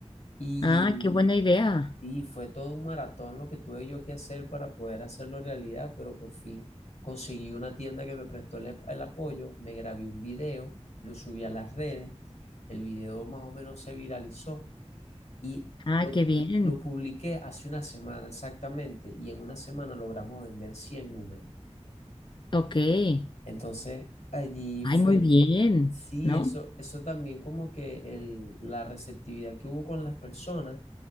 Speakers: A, on the left (about 90°); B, on the left (about 45°).
A: Y
B: Ah, qué buena idea.
A: Sí, fue todo un maratón lo que tuve yo que hacer para poder hacerlo realidad, pero por fin conseguí una tienda que me prestó el, el apoyo, me grabé un video, lo subí a las redes, el video más o menos se viralizó y
B: Ah,
A: lo,
B: qué bien.
A: lo publiqué hace una semana exactamente y en una semana logramos vender 100 números.
B: Ok. Ay,
A: Entonces allí fue,
B: muy bien,
A: sí,
B: ¿no?
A: eso, eso también como que el- la receptividad que hubo con las personas